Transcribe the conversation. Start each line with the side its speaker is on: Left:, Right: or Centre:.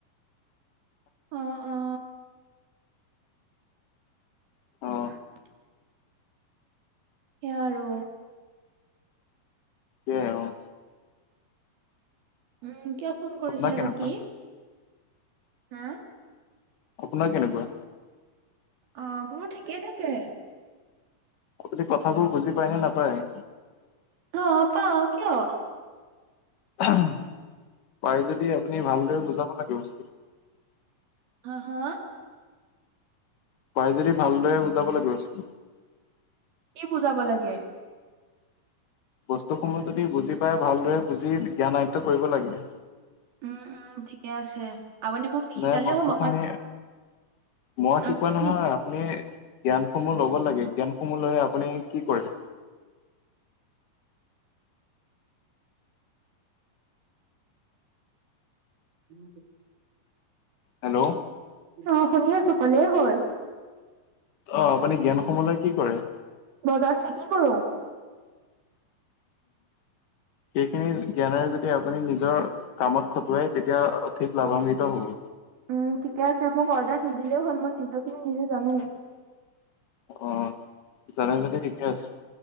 Right: অ', অ'।
Left: অ
Right: <inaudible> সেইয়া আৰু।
Left: সেইয়া অ'।
Right: উম, কিয় ফোন কৰিছিলে
Left: আপোনাৰ কেনেকুৱা
Right: বাকী? হা,
Left: আপোনাৰ কেনেকুৱা
Right: অ' মোৰ ঠিকেই থাকে।
Left: আপুনি কথাবোৰ বুজি পায়নে নাপায়?
Right: অ', পাওঁ কিয়?
Left: পাই যদি আপুনি ভালদৰে বুজাব লাগে বস্তুটো।
Right: হা, হা?
Left: পাই যদি ভালদৰে বুজাব লাগে বস্তুটো।
Right: কি বুজাব লাগে?
Left: বস্তুসমূহ যদি বুজি পাই, ভালদৰে বুজি জ্ঞান আয়ত্ব কৰিব লাগে।
Right: উম, উম, ঠিকে আছে আপুনি মোক নিশিকালেও
Left: নাই বস্তুখিনি
Right: হ'ব
Left: মই শিকোৱা
Right: আপুনি
Left: নহয়,
Right: নি-
Left: আপুনি জ্ঞান সমূহ লব ল'ব লাগে, জ্ঞানসমূহ লৈ আপুনি কি কৰে?
Right: <inaudible>
Left: হেল্ল'।
Right: অ', শুনি আছোঁ, কলেই হ'ল।
Left: অ', আপুনি জ্ঞান সমূহ লৈ কি কৰে?
Right: বজাৰত <unintelligible> কৰো।
Left: সেইখিনি জ্ঞানেৰে যদি আপুনি নিজৰ, কামত খটুৱাই, তেতিয়া অঠিক লাভাম্বিত হ'ব।
Right: উম, ঠিকে আছে মোক অৰ্ডাৰ নিদিলেও হ'ল মই নিজৰখিনি নিজে জানোঁ।
Left: অ', জানে যদি ঠিকে আছে,